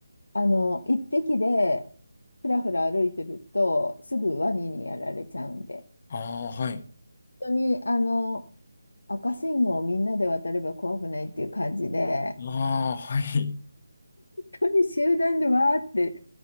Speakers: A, on the left (about 80°); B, on the left (about 40°).
A: あの、一匹で、ふらふら歩いてると、すぐワニにやられちゃうんで。
B: ああ、はい。
A: 本当に、あの、赤信号をみんなで渡れば怖くないっていう感じで、
B: ああ、はい。
A: 本当に集団でわーって